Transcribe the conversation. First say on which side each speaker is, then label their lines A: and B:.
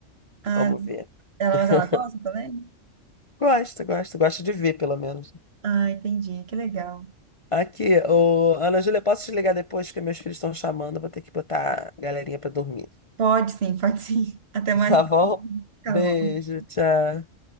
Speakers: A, on the right; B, on the left.
A: Ah,
B: Vamos ver.
A: ela,
B: <laughs>
A: mas ela gosta também?
B: Gosto, gosto, gosto de ver, pelo menos.
A: Ah, entendi. Que legal.
B: Aqui, ô, Ana Júlia, posso te ligar depois, porque meus filhos estão chamando, eu vou ter que botar a galerinha pra dormir.
A: Pode sim, pode sim. <laughs> Até mais.
B: <laughs> Tá
A: tarde.
B: bom?
A: Tá
B: Beijo,
A: bom.
B: tchau.